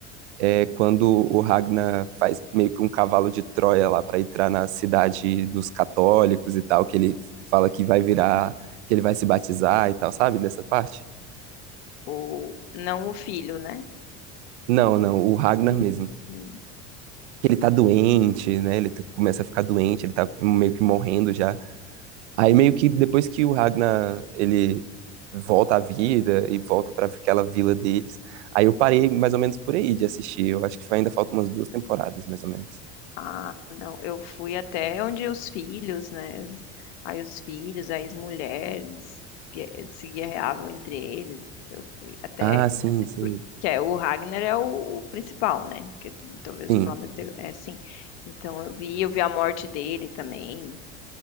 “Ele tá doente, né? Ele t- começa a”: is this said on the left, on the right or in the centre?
Right